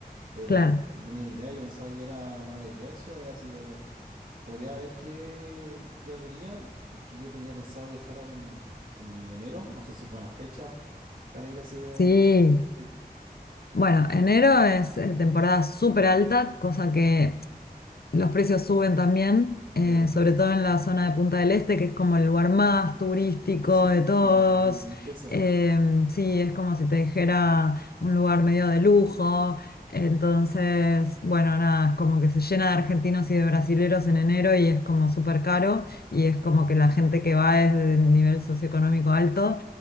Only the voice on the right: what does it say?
Pero
no tenía idea, yo pensaba que era la mayoría de ciudades así, pero podría ver qué quedaría, porque yo tenía pensado viajar ahora en, en enero, no sé si es buena fecha para ir hacia,
hacia Uruguay.
Claro.
Sí,
sí, me han dicho eso.
Ujú.